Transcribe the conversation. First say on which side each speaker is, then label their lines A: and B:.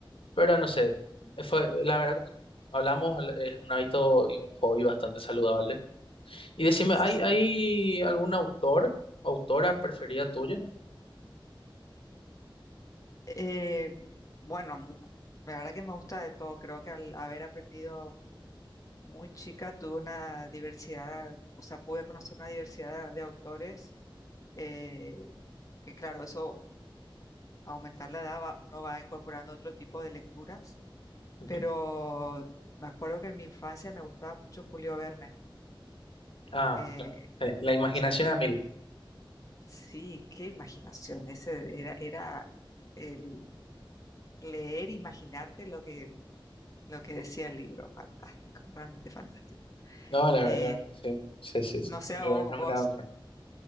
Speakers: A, on the left; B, on the left.
A: pero no sé,
B: Mm.
A: fue, la verdad, como hablamos, es un hábito y un hobby bastante saludable. Y decime,
B: Sí.
A: ¿hay, hay algún autor, autora preferida tuya?
B: Eh, bueno, mu- la verdad que me gusta de todo. Creo que al haber aprendido muy chica, tuve una diversidad, o sea, pude conocer una diversidad de autores, eh, que claro, eso aumentar la edad, va- uno va incorporando otro tipo de lecturas,
A: Ujú.
B: pero me acuerdo que en mi infancia me gustaba mucho Julio Verne.
A: Ah,
B: eh,
A: claro. Sí, La imaginación
B: o sea,
A: a mil.
B: sí, qué imaginación, ese era, era el leer, imaginarte lo que, lo que decía el libro, fantástico, realmente fantástico.
A: No, la, ver-
B: Eh,
A: la verdad que sí. Sí, sí, sí.
B: no sé,
A: Julio
B: a vos,
A: Verne es un
B: vos,
A: gran autor.